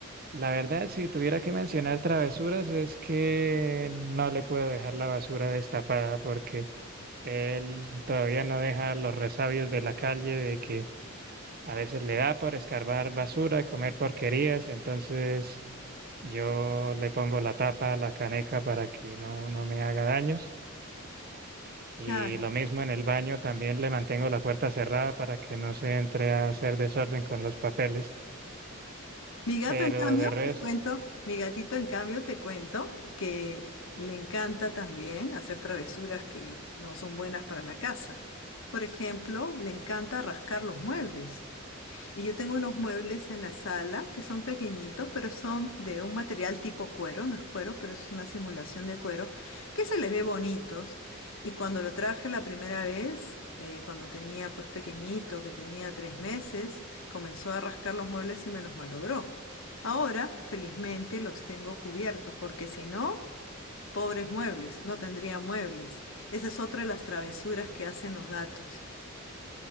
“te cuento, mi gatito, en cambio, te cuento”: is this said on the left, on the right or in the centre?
Left